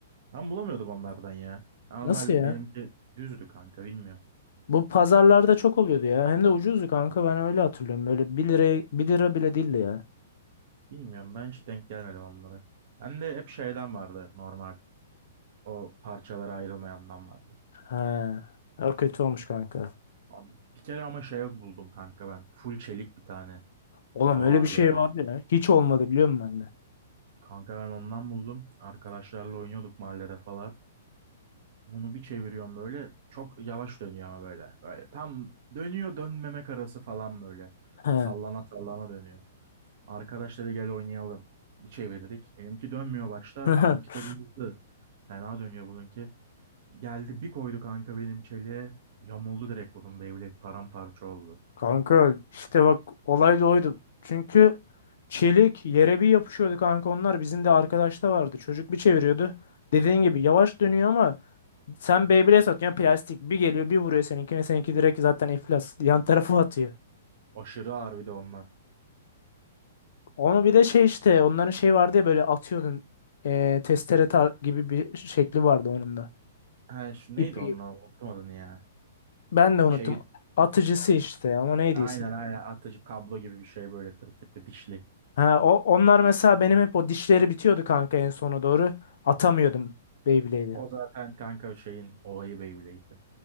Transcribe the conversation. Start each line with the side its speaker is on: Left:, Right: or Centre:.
Right: Ben bulamıyordum onlardan ya. Normal
Left: Nasıl ya?
Right: benimki düzdü kanka bilmiyorum.
Left: Bu pazarlarda çok oluyordu ya. Hem de ucuzdu kanka. Ben öyle hatırlıyorum. Böyle bir liraya bir lira bile değildi ya.
Right: Bilmiyorum ben hiç denk gelmedim onlara. Ben de hep şeyden vardı normal. O parçalara ayrılmayandan vardı.
Left: He. Ya kötü olmuş kanka.
Right: An- Bir kere ama şey buldum kanka ben. Full çelik bir tane.
Left: Oğlum
Right: Ağır
Left: öyle bir şey
Right: böyle.
Left: vardı ya. Hiç olmadı biliyor musun bende?
Right: Kanka ben ondan buldum. Arkadaşlarla oynuyorduk mahallede falan. Bunu bir çeviriyorum böyle. Çok yavaş dönüyor ama böyle. Böyle tam dönüyor dönmemek arası falan böyle.
Left: He.
Right: Sallana sallana dönüyor. Arkadaşları gel oynayalım. Bir çevirdik. Benimki dönmüyor başta.
Left: <laughs>
Right: Onunki tabii hızlı. Fena dönüyor bununki. Geldi bir koydu kanka benim çeliğe. Yamuldu direkt bunun Beyblade paramparça oldu.
Left: Kanka işte bak olay da oydu. Çünkü çelik yere bir yapışıyordu kanka onlar. Bizim de arkadaşta vardı. Çocuk bir çeviriyordu. Dediğin gibi yavaş dönüyor ama sen Beyblade satıyorsun plastik. Bir geliyor bir vuruyor seninkine. Seninki direkt zaten iflas. Yan tarafı atıyor.
Right: Aşırı ağır bir de onlar.
Left: Onu bir de şey işte onların şey vardı ya böyle atıyordun. Eee testere tar- gibi bir şekli vardı onun da.
Right: Ha, şu
Left: İpi.
Right: neydi onlar? Unuttum adını ya.
Left: Ben de unuttum.
Right: Şey
Left: Atıcısı işte ama neydi
Right: Aynen
Left: ismi?
Right: aynen atıcı kablo gibi bir şey böyle tırtıklı dişli.
Left: Ha, o, onlar mesela benim hep o dişleri bitiyordu kanka en sona doğru. Atamıyordum Beyblade'i.
Right: O zaten kanka şeyin olayı Beyblade'di.